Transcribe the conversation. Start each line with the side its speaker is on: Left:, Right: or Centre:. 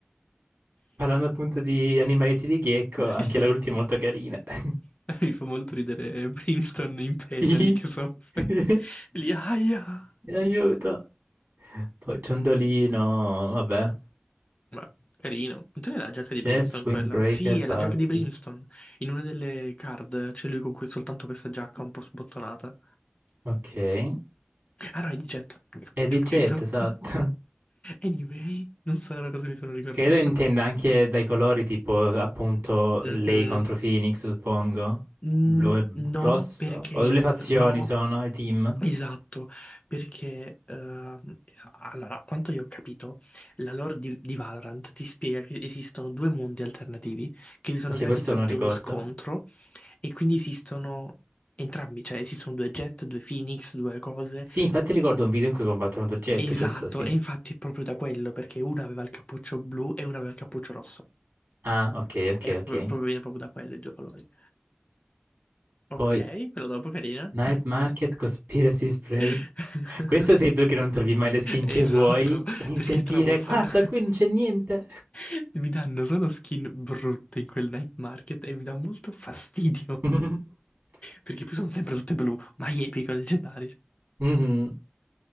Right: Parlando appunto di animaletti di Gecko,
Left: Sì,
Right: anche la ultima è molto carina. <laughs>
Left: mi fa molto ridere Brimstone in pena
Right: Sì.
Left: lì che soffre.
Right: <laughs>
Left: Lì, aia.
Right: Aiuto. Poi ciondolino, vabbè.
Left: Beh, carino. Non era la giacca di
Right: Jets,
Left: Brimstone
Right: Windbreaker,
Left: quella? Sì, è la
Right: Buddy.
Left: giacca di Brimstone. In una delle card c'è lui con que- soltanto questa giacca un po' sbottonata.
Right: Ok. E
Left: Ah no, è di Jet. C'è
Right: di Jet,
Left: scritto.
Right: esatto.
Left: <laughs> Anyway, non so da cosa mi sono ricordato.
Right: Credo intenda anche dai colori, tipo appunto
Left: Mhm.
Right: lei contro Phoenix, suppongo.
Left: Mm,
Right: Blu e
Left: no,
Right: rosso.
Left: perché
Right: O
Left: in
Right: le
Left: un...
Right: fazioni
Left: No,
Right: sono, i team.
Left: esatto, perché... ehm, allora, a quanto io ho capito, la lore di, di Valorant ti spiega che esistono due mondi alternativi che si sono
Right: Ok,
Left: creati
Right: questo
Left: tramite
Right: non ricordo.
Left: uno scontro E quindi esistono entrambi, cioè esistono due Jet, due Phoenix, due cose.
Right: Sì, infatti ricordo un video in cui combattono due jet,
Left: Esatto,
Right: giusto? Sì.
Left: e infatti è proprio da quello, perché una aveva il cappuccio blu e una aveva il cappuccio rosso.
Right: Ah, ok, ok,
Left: E
Right: ok.
Left: pro- proprio, viene proprio da quello i due colori. Ok,
Right: Poi
Left: però dopo carina.
Right: Night Market, Conspiracy Spray.
Left: <laughs>
Right: Questo sei tu che non trovi mai le skin che
Left: Esatto,
Right: vuoi e inizi
Left: perché
Right: a dire,
Left: trovo solo...
Right: guarda, qui non c'è niente.
Left: <laughs> mi danno solo skin brutte in quel night market e mi dà molto fastidio.
Right: <laughs>
Left: Perché poi sono sempre tutte blu, ma epico, leggendarie.
Right: Mhm.